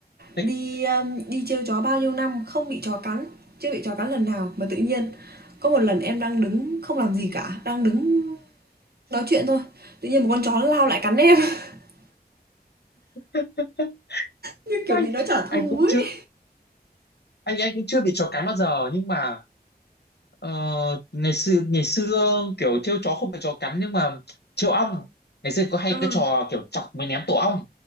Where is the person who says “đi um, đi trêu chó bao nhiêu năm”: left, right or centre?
Right